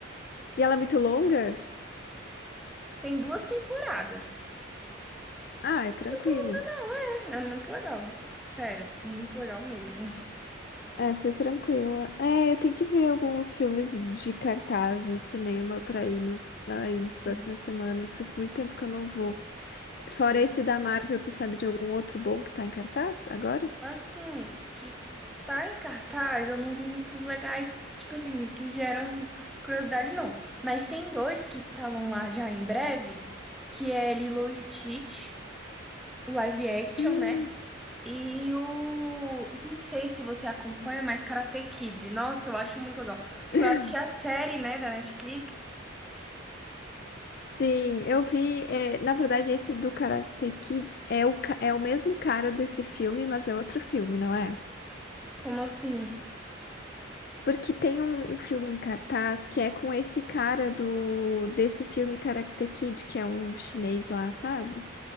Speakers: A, on the left; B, in the centre.
A: E ela é muito longa?
B: Tem duas temporadas.
A: Ah, é tranquilo.
B: Não, é, é muito legal. Sério, muito legal mesmo.
A: É, ser tranquila. É, eu tenho que ver alguns filmes de cartaz no cinema pra ir nos, aí nas
B: Sim,
A: próximas semanas. Faz muito tempo que eu não vou. Fora
B: juro.
A: esse da Marvel, tu sabe de algum outro bom que tá em cartaz agora?
B: Assim, que tá em cartaz, eu não vi muitos legais, tipo assim, que geram curiosidade, não. Mas tem dois que estavam lá já em breve, que é Lilo e Stitch, o live action,
A: Ah.
B: né? E o. Não sei se você acompanha, mas Karate Kid. Nossa, eu acho muito legal.
A: <laughs>
B: Porque eu assisti a série, né, da Netflix.
A: Sim, eu vi. é, na verdade, esse do Karate Kids é o, ca- é o mesmo cara desse filme, mas é outro filme, não é?
B: Como assim?
A: Porque tem um, um filme em cartaz que é com esse cara do desse filme Karate Kid, que é um chinês lá, sabe?